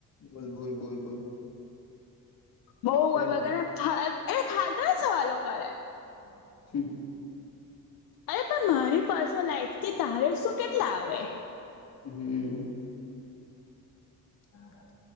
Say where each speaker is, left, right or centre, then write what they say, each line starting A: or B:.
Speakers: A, on the left; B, on the left.
A: બોલ બોલ બોલ બોલ
B: બહ ગરબ
A: હેને
B: ને એને ખાલતા જ સવાલો કરે
A: <inaudible>
B: અરે પણ મારી પર્સનલ લાઈફથી તારી શું કેટલા આવે
A: હમ્મ હા